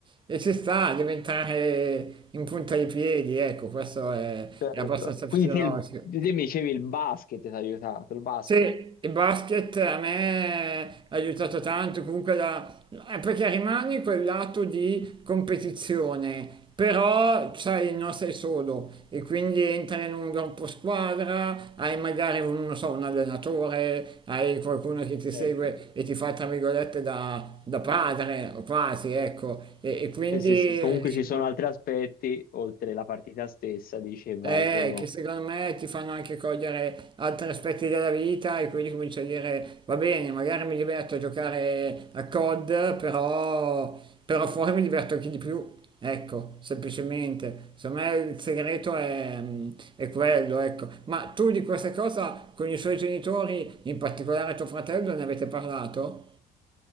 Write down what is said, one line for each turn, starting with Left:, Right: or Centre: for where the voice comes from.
Right: e ci sta a diventare in punta di piedi, ecco, questo è,
Left: certo.
Right: è abbastanza
Left: Quindi
Right: fisiologico.
Left: te, il- te mi dicevi il basket ti ha aiutato, il basket,
Right: Sì, il basket a me ha aiutato tanto, comunque la... eh, perché rimani quel lato di competizione, però sai, non sei solo e quindi entri in un gruppo squadra, hai magari un, non so, un allenatore, hai qualcuno che ti segue
Left: certo.
Right: e ti fa, tra virgolette, da, da padre, o quasi, ecco, e, e quindi
Left: Sì, sì, sì. Comunque
Right: eh, insomma...
Left: ci sono altri aspetti, oltre la partita stessa, dice, valgono.
Right: Eh, che secondo me ti fanno anche cogliere altri aspetti della vita e quindi cominci a dire va bene, magari mi diverto a giocare a COD, però, però fuori mi diverto anche di più. Ecco, semplicemente. Secondo me il segreto è, mm, è quello, ecco. Ma tu di questa cosa con i suoi genitori, in particolare tuo fratello, ne avete parlato?